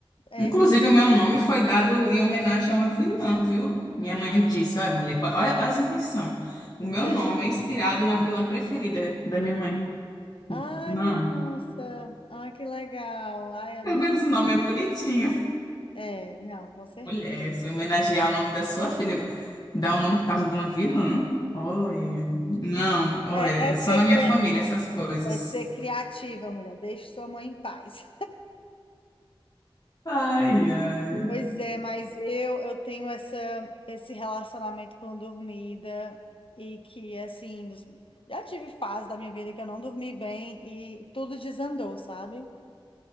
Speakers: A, on the left; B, on the left.
A: É,
B: Inclusive,
A: é
B: o meu nome foi dado em homenagem a uma vilã, viu? Minha mãe disse: Olha, mulher, olha, olha as invenções. O meu
A: sério.
B: nome é inspirado na vilã preferida da minha mãe.
A: Ai,
B: Não,
A: minha nossa. Ai, que legal. Ai, amiga.
B: pelo menos o nome é bonitinho.
A: É, não, com certeza.
B: Mulher, se homenagear o nome da sua filha, dar um nome por causa de uma vilã. Olha, não, olha,
A: É, é
B: só na minha família essas coisas.
A: É ser criativa, mulher. Deixe sua mãe em paz.
B: Ai, ai.
A: Pois é, mas eu eu tenho essa esse relacionamento com dormida e que assim, dos- já tive fase da minha vida que eu não dormi bem e tudo desandou, sabe?